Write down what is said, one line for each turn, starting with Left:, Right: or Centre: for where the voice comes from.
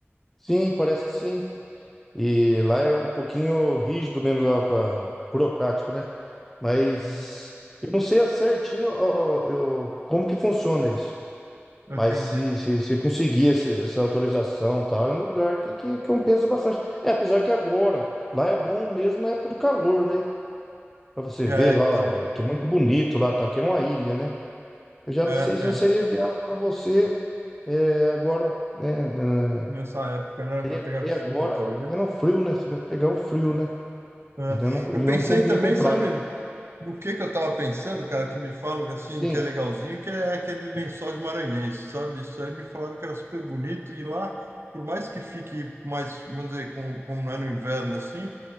Centre: Sim, parece que sim. E lá é um pouquinho rígido mesmo, lá pra, burocrático, né? Mas
Right: Uhum.
Centre: eu não sei certinho ó, ó, eu, como que funciona isso.
Right: Eu
Centre: Mas
Right: entendi.
Centre: se, se, se conseguir esse- essa autorização e tal, é um lugar que, que, que compensa bastante. É, apesar que agora, lá é bom mesmo na época do calor, né? Pra você
Right: E
Centre: ver
Right: aí,
Centre: lá,
Right: então,
Centre: ó, é que é muito bonito lá, tal Que é uma ilha, né? Eu já
Right: é,
Centre: não sei se não
Right: é,
Centre: seria viável pra você é, agora, né? né,
Right: nessa época, né? Vai
Centre: E
Right: pegar
Centre: e
Right: chuva,
Centre: agora,
Right: talvez.
Centre: e é no frio, né? Você vai pegar um frio, né?
Right: É.
Centre: E não,
Right: Eu
Centre: e
Right: pensei
Centre: não combina
Right: também,
Centre: com praia,
Right: sabe?
Centre: né?
Right: Do que que eu tava pensando, cara, que me falam que assim,
Centre: Sim.
Right: que é legalzinho, que é aquele lençóis maranhenses, sabe? Isso aí me falaram que era super bonito e lá, por mais que fique mais, vamos dizer, com- como não é no inverno assim,